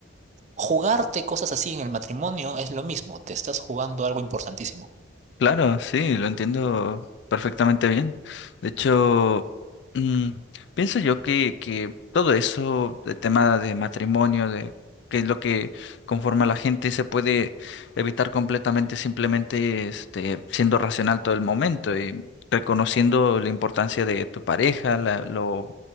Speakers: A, on the right; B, on the left.
A: Jugarte cosas así en el matrimonio es lo mismo, te estás jugando algo importantísimo.
B: Claro, sí, lo entiendo perfectamente bien. De hecho, mm, pienso yo que, que todo eso, de tema de matrimonio, de qué es lo que conforma a la gente, se puede evitar completamente simplemente este, siendo racional todo el momento y reconociendo la importancia de tu pareja, la- lo